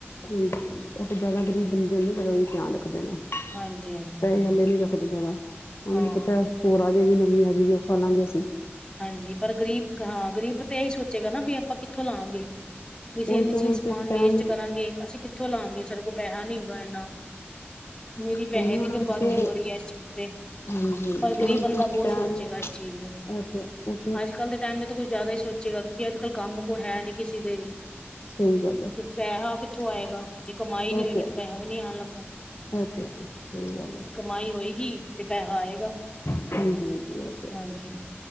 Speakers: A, on the left; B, on the left.
A: ਹੂ, ਇੱਕ ਜਿਆਦਾ ਗ਼ਰੀਬ ਬੰਦੇ ਹੁੰਦੇ ਓਹਨਾਂ ਦਾ ਧਿਆਨ ਰੱਖਦੇ ਨੇ,
B: ਹਾਂਜੀ ਹਾਂਜੀ
A: ਪੈਸੇ ਆਲੇ ਨੀ ਰੱਖ ਤ ਜ਼ਿਆਦਾ, ਉਹਨਾਂ
B: ਆਹੋ
A: ਨੂੰ ਪਤਾ ਹੋਰ ਆ ਜਾਏਗੀ ਨਵੀਂ ਆ ਆਜੇਗੀ ਆਪਾ ਲਾਂਗੇ ਸੀਂ।
B: ਹਾਂਜੀ, ਪਰ ਗਰੀਬ ਹਾਂ ਗ਼ਰੀਬ ਤਾਂ ਇਹੀ ਸੋਚੇਗਾ ਨਾ, ਵੀ ਆਪਾਂ ਕਿੱਥੋਂ ਲਾਂਗੇ। ਵੀ ਅਸੀਂ
A: ਉਹੀ
B: ਇੰਨੀ
A: ਤਾਂ
B: ਚੀਜ਼
A: ਉਹਨਾਂ
B: ਸਮਾਨ
A: ਤੇ ਇੱਕ ਟਾਈਮ
B: ਵੇਸਟ ਕਰਾਂਗੇ, ਅਸੀਂ ਕਿੱਥੋਂ ਲਾਂਗੇ, ਸਾਡੇ ਕੋਲ ਪੈਸਾ ਨੀ ਹੈਗਾ ਇੰਨਾ। ਨੀਰੀ
A: ਕਹਿੰਦੀ
B: ਪੈਸੇ
A: ਉਹਨਾਂ
B: ਦੀ ਬਰਬਾਦੀ
A: ਨੂੰ ਕਿ
B: ਹੋ ਰਹੀ ਹੈ, ਇਸ ਚੀਜ਼ ਤੇ।
A: ਹਾਂਜੀ ਉਹਨਾਂ
B: ਪਰ ਗ਼ਰੀਬ
A: ਨੂੰ
B: ਬੰਦਾ
A: ਤੇ ਇੱਕ
B: ਬਹੁਤ
A: ਟਾਈਮ
B: ਸੋਚੇਗਾ ਇਸ ਚੀਜ਼ ਨੂੰ।
A: ਉਹ ਤੇ ਹੈ।
B: ਅੱਜ-ਕੱਲ ਦੇ ਟਾਈਮ ਦਾ ਤਾਂ ਕੁਝ ਜ਼ਿਆਦਾ ਹੀ ਸੋਚੇਗਾ, ਕਿਉਂਕਿ ਅੱਜ-ਕੱਲ ਕੰਮ ਕੋਈ ਹੈ ਨੀ, ਕਿਸੇ ਦੇ ਵੀ।
A: ਸਹੀ ਗੱਲ ਐ।
B: ਤੇ ਪੈਹਾ ਕਿੱਥੋ ਆਏਗਾ? ਜੇ ਕਮਾਈ
A: ਇਹ
B: ਨੀ ਹੋਏਗੀ, ਤੇ
A: ਹੈ
B: ਪੈਹਾ ਵੀ ਨੀ ਆਣ ਲੱਗਾ।
A: ਇਹ ਤੇ ਹੈ ਸਹੀ ਗੱਲ ਹੈ
B: ਕਮਾਈ ਹੋਏਗੀ ਤੇ ਪੈਹਾ ਆਏਗਾ।
A: ਹਾਂਜੀ-ਹਾਜੀ, ਐ ਤੇ ਹੈ।
B: ਹਾਂਜੀ